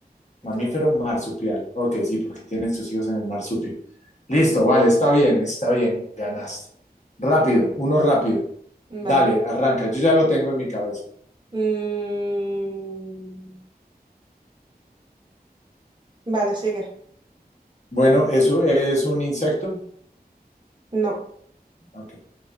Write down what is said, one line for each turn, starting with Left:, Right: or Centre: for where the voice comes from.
Left: Mamífero
Right: claro.
Left: marsupial. Ok,
Right: Ujú.
Left: sí, porque tienen sus hijos en el marsupio. Listo, vale, está bien, está bien, ganaste. Rápido, uno rápido.
Right: Vale.
Left: Dale, arranca. Yo ya lo tengo en mi cabeza.
Right: Mm, vale, sigue.
Left: Bueno, ¿eso es un insecto?
Right: No.
Left: Ok,